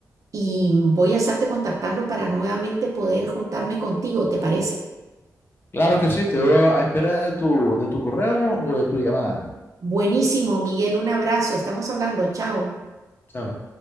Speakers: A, on the right; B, on the left.
A: y voy a estarte contactando para nuevamente poder juntarme contigo, ¿te parece?
B: Claro que sí, Quedo a espera de tu, de tu correo o de tu llamada.
A: Buenísimo, Miguel, un abrazo, estamos hablando, chao.
B: Chao.